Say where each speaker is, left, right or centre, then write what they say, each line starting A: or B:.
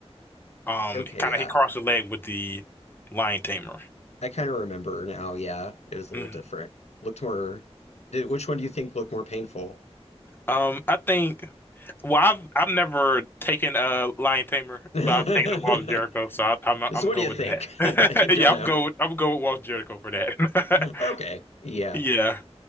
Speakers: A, on the left (about 20°); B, on the left (about 80°).
A: Um
B: Okay,
A: kind
B: yeah.
A: of he crossed the leg with the lion tamer.
B: I kind of remember now. Yeah, it was a
A: Mhm.
B: little different. Looked more. Did, which one do you think looked more painful?
A: Um I think well I've I've never taken a lion tamer,
B: <laughs>
A: but I've taken the Walls of Jericho, so I, I'm I'm
B: So what
A: gonna go
B: do you
A: with
B: think?
A: that.
B: <laughs>
A: <laughs> Yeah,
B: Don't know.
A: I'm go I'm gonna go with Walls of Jericho for that.
B: Okay.
A: <laughs>
B: Yeah.
A: Yeah.